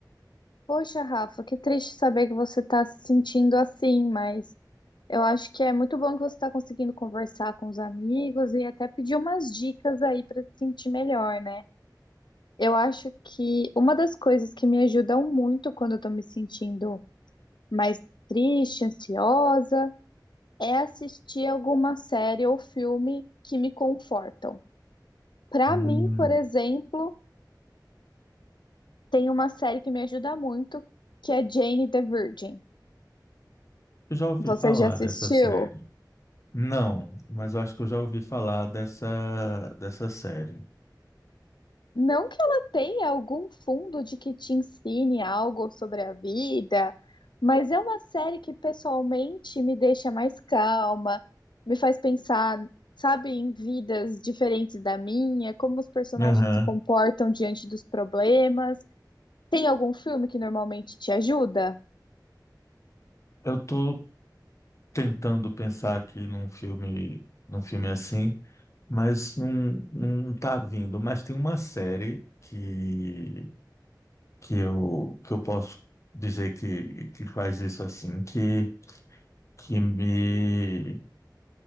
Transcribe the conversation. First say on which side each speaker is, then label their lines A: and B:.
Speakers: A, on the left; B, on the left.
A: poxa, Rafa, que triste saber que você está se sentindo assim, mas eu acho que é muito bom que você está conseguindo conversar com os amigos e até pedir umas dicas aí para se sentir melhor, né? Eu acho que uma das coisas que me ajudam muito quando eu estou me sentindo mais triste, ansiosa, é assistir alguma série ou filme que me confortam. Para
B: Hum,
A: mim, por exemplo, Tem uma série que me ajuda muito, que é Jane the Virgin.
B: eu já ouvi
A: Você
B: falar
A: já assistiu?
B: dessa série. Não, mas eu acho que eu já ouvi falar dessa, dessa série.
A: Não que ela tenha algum fundo de que te ensine algo sobre a vida, mas é uma série que pessoalmente me deixa mais calma, me faz pensar, sabe, em vidas diferentes da minha, como os personagens
B: Aham.
A: se comportam diante dos problemas. Tem algum filme que normalmente te ajuda?
B: Eu tô tentando pensar aqui num filme, num filme assim, mas não, não tá vindo. Mas tem uma série que, que eu, que eu posso dizer que, que faz isso assim, que, que me,